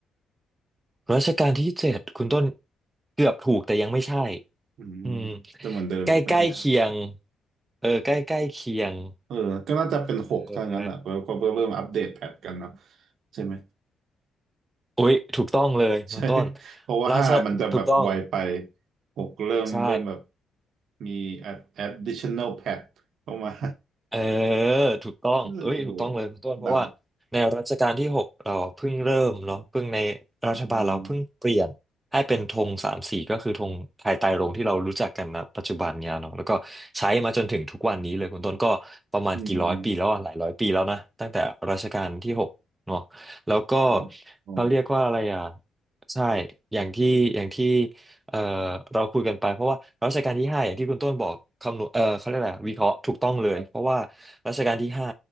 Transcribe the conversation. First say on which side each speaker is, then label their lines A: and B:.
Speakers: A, on the right; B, on the right.
A: รัชกาลที่เจ็ดคุณต้นเกือบถูกแต่ยังไม่ใช่
B: อืม
A: อืม
B: จะเหมือนเดิมปะเนี่ย
A: ใกล้ใกล้เคียงเออใกล้ใกล้เคียง
B: เออก็น่าจะเป็นหกถ้างนั้นอ่ะเพราะเพราะเริ่มอัปเดตแพทกันเนาะ
A: เออ
B: ใช่ไหม
A: อุ๊ยถูกต้องเลยคุณต้น
B: ใช่ <laughs> เพราะว่าห้ามันจะแบบไวไป
A: ราชถูกต้อง
B: หกเริ่มเริ่มแบบ
A: ใช่
B: มี add- additional pad เข้ามา
A: เออถูกต้องเอ้ยถูกต้องเลยคุณต้นเพราะว่าในรัชกาลที่หกเราเพิ่งเริ่มเนาะเพิ่งใน
B: <laughs> เออเดา
A: รัฐบาลเราเพิ่งเปลี่ยนให้เป็นธงสามสีก็คือธงไทยไตรรงค์ที่เรารู้จักกันนะปัจจุบันเนี่ยเนาะแล้วก็ใช้มาจนถึงทุกวันนี้เลยคุณต้นก็ประมาณกี่ร้อยปีแล้วอะหลายร้อยปีแล้วนะตั้งแต่รัชกาลที่หกเนาะแล้วก็
B: อืมอืมโอ้โอ้
A: เขาเรียกว่าอะไรอ่ะใช่อย่างที่อย่างที่ เอ่อเราคุยกันไปเพราะว่ารัชกาลที่ห้าอย่างที่คุณต้นบอกคำนวณเออเขาเรียกอะไรวิเคราะห์ถูกต้องเลยเพราะว่า
B: ครับ
A: รัชกาลที่ห้า